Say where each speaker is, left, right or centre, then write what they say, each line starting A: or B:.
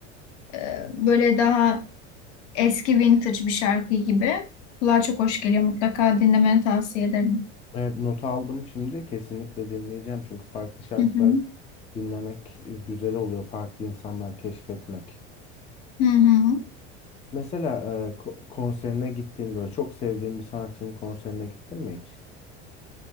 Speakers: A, on the left; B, on the left.
A: Ee, böyle daha eski vintage bir şarkı gibi. Kulağa çok hoş geliyor. Mutlaka dinlemeni tavsiye ederim.
B: Evet not aldım şimdi. Kesinlikle dinleyeceğim. Çünkü farklı şarkılar
A: Hı hı.
B: dinlemek e, güzel oluyor. Farklı insanlar keşfetmek.
A: Hı hı.
B: Mesela e, ko- konserine gittiğin böyle çok sevdiğin bir sanatçının konserine gittin mi hiç?